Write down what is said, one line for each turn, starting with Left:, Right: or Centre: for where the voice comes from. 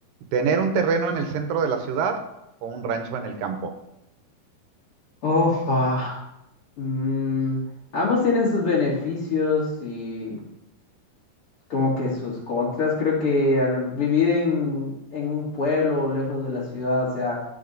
Right: ¿Tener un terreno en el centro de la ciudad o un rancho en el campo?
Left: Ofa. Mm, ambos tienen sus beneficios y como que sus contras. Creo que al vivir en, en un pueblo lejos de la ciudad, o sea,